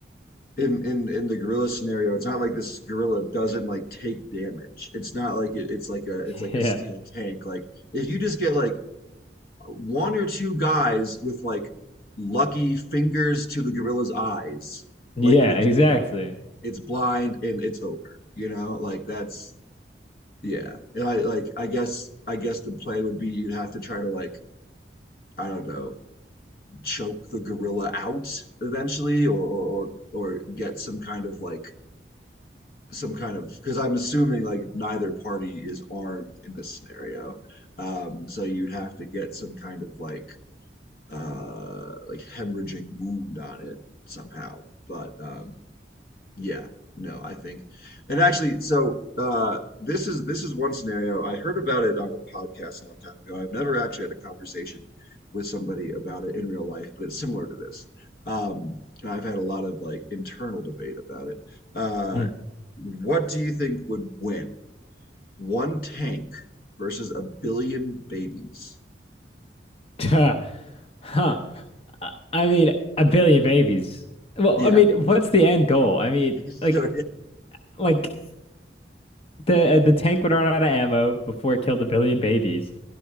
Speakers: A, on the left; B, on the left.
A: in in in the gorilla scenario, it's not like this gorilla doesn't like take damage. It's not like it, it's like a
B: <laughs>
A: it's like
B: Yeah.
A: a steel tank. Like if you just get like one or two guys with like lucky fingers to the gorilla's eyes,
B: Yeah,
A: like it's
B: exactly.
A: blind, it's blind and it's over. You know, like that's yeah. And I like I guess I guess the play would be you'd have to try to like I don't know choke the gorilla out eventually, or or or, or get some kind of like some kind of because I'm assuming like neither party is armed in this scenario. Um, so you'd have to get some kind of like uh like hemorrhaging wound on it somehow. But um yeah, no, I think. And actually, so uh this is this is one scenario. I heard about it on a podcast a long time ago. I've never actually had a conversation with somebody about it in real life, but it's similar to this. Um, and I've had a lot of like internal debate about it. Uh
B: Mm. <laughs>
A: what do you think would win? One tank versus a billion babies?
B: Huh. Huh. I mean, a billion babies. Well,
A: Yeah.
B: I mean, what's
A: <laughs>
B: the end goal? I mean,
A: So
B: like like the the tank would run out of ammo before it killed a billion babies.